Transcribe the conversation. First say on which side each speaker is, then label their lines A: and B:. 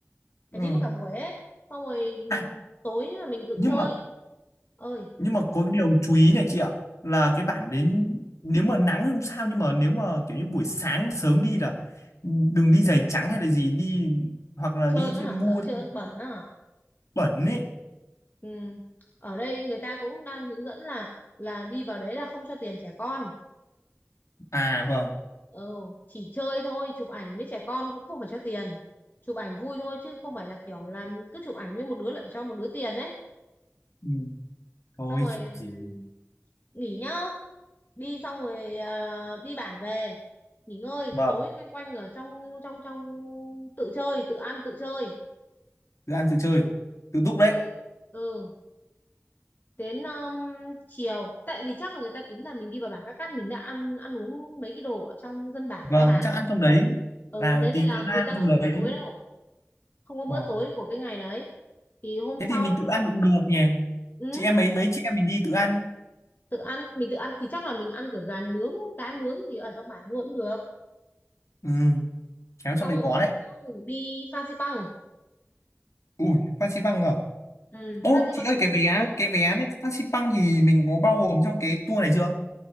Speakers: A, on the left; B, on the left.
A: phải
B: Ừ.
A: đi mất cả buổi ấy xong rồi ừm,
B: À
A: tối là mình tự
B: nhưng
A: chơi
B: mà
A: ơi
B: nhưng mà có cái điều chú ý này chị ạ là cái bản đến nếu mà nắng thì không sao nhưng mà nếu mà kiểu như buổi sáng sớm đi là đừng đi giày trắng hay là gì đi hoặc là
A: trơn
B: đi
A: á
B: thêm
A: hả sợ
B: mua
A: trơn
B: thêm
A: bẩn á hả
B: bẩn ấy
A: ừ. ở đây người ta cũng đang hướng dẫn là là đi vào đấy là không cho tiền trẻ con
B: à vâng
A: ừ chỉ chơi thôi chụp ảnh với trẻ con cũng không phải cho tiền chụp ảnh vui thôi chứ không phải là kiểu là cứ chụp ảnh với một đứa lại phải cho một đứa tiền đấy
B: ừ. thôi
A: xong rồi
B: chụp
A: ừm,
B: gì
A: nghỉ nhá đi xong rồi ờ, đi bản về nghỉ ngơi
B: vâng
A: tối quanh quanh ở trong trong trong tự chơi tự ăn tự chơi
B: tự ăn tự chơi tự đúc đấy
A: rồi ừ đến um, chiều tại vì chắc là người ta tính là mình đi vào bản Các Cát mình đã ăn ăn uống mấy cái đồ ở trong dân bản
B: vâng
A: người ta bán
B: chắc
A: đấy
B: ăn trong đấy
A: ừ
B: là
A: thế nên
B: tí
A: là
B: cơm lam
A: người ta
B: trong
A: không
B: đấy
A: có bữa tối đâu không có bữa
B: ờ.
A: tối của cái ngày đấy thì hôm
B: thế
A: sau
B: thì mình tự ăn
A: là,
B: cũng được nhỉ
A: ừ,
B: chị em mấy mấy chị em mình đi tự ăn
A: tự ăn mình tự ăn thì chắc là mình ăn kiểu gà nướng cá nướng gì ở trong bản luôn cũng được
B: ừ khéo trong
A: xong
B: đấy
A: rồi
B: có
A: hôm
B: đấy
A: sau đi Fansipan Bang
B: ui Phan Xi Păng à
A: ừ,
B: ô
A: Fansipan
B: chị
A: Bang
B: ơi
A: thì
B: cái
A: phải
B: vé
A: đi sớm
B: cái vé lên Phan Xi Păng thì mình có bao gồm trong cái tour này chưa